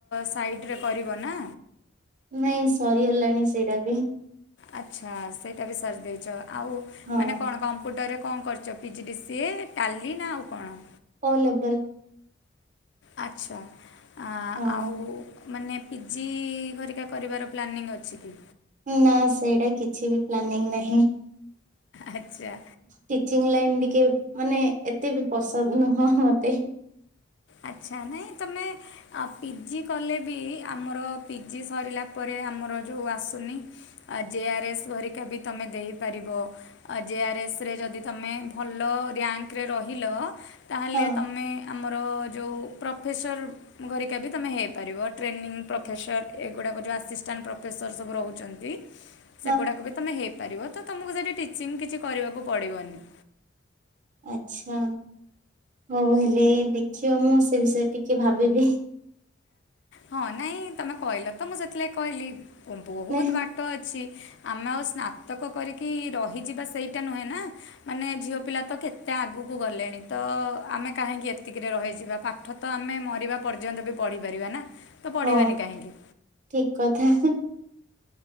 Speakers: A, on the left; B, on the right.
A: ସାଇଡ଼ରେ କରିବ ନା?
B: ନାଇଁ ସରିଗଲାଣି ସେଇଟା ବି।
A: ଆଚ୍ଛା। ସେଇଟା ବି ସାରିଦେଇଛ ଆଉ
B: ହଁ
A: ମାନେ କଣ କମ୍ପ୍ୟୁଟରରେ କଣ କରିଛ ପିଜିଡ଼ିସିଏ ଟାଲି ନା ଆଉ କଣ?
B: କୋଉ ଲେବୁଲ।
A: ଆଚ୍ଛା ଆ
B: ହଁ
A: ଆଉ ମାନେ ପିଜି ଘରିକା କରିବାର ପ୍ଲାନିଂ ଅଛି କି?
B: ନା ସେଇଟା କିଛି ବି ପ୍ଲାନିଂ ନାହିଁ।
A: ଆଚ୍ଛା।
B: ଟିଚିଂ ଲାଇନ୍ ଟିକେ ମାନେ ଏତେ ବି ପସନ୍ଦ ନୁହଁ ମତେ।
A: ଆଚ୍ଛା ନାଇଁ ତମେ ଆଉ ପିଜି କଲେ ବି ଆମର ପିଜି ସରିଲା ପରେ ଆମର ଯୋଉ ଆସୁନି ଆ ଜେ ଆର୍ ଏସ୍ ଘରିକା ବି ତମେ ଦେଇପାରିବ। ଆ ଜେ ଆର୍ ଏସ୍ ରେ ଯଦି ତମେ ଭଲ ର୍ୟାଙ୍କରେ ରହିଲ ତାହେଲେ
B: ହଁ
A: ତମେ ଆମର ଯୋଉ ପ୍ରଫେସର ଘରିକା ବି ତମେ ହେଇପାରିବ ଟ୍ରେନିଂ ପ୍ରଫେସର ଏଗୁଡ଼ାକ ଯୋଉ ଆସିଷ୍ଟାଣ୍ଟ ପ୍ରଫେସର ସବୁ ରହୁଛନ୍ତି।
B: <inaudible>
A: ସେଗୁଡ଼ାକ ବି ତମେ ହେଇପାରିବ ତ ତମେ ତମକୁ ସେଠି ଟିଚିଂ କିଛି କରିବାକୁ ପଡ଼ିବନି।
B: ଆଚ୍ଛା ହଉ ହେଲେ ଦେଖିବା ମୁଁ ସେ ବିଷୟରେ ଟିକେ ଭାବିବି।
A: ହଁ ନାଇଁ ତମେ କହିଲ ତ ମୁଁ ସେତଥିଲାଗି କହିଲି
B: ନା
A: ବହୁତ ବା ଟ ଅଛି ଆମେ ଆଉ ସ୍ନାତକ କରିକି ରହିଯିବା ସେଇଟା ନୁହେଁ ନା। ମାନେ ଝିଅ ପିଲା ତ କେତେ ଆଗକୁ ଗଲେଣି ତ ଆମେ କାହିଁକି ଏତିକିରେ ରହିଯିବା ପାଠ ତ ଆମେ ମରିବା ପର୍ଯ୍ୟନ୍ତ ବି ପଢି ପାରିବା ନା। ତ ପଢ଼ିବାନି
B: ହଁ ଠିକ
A: କାହିଁକି
B: କଥା।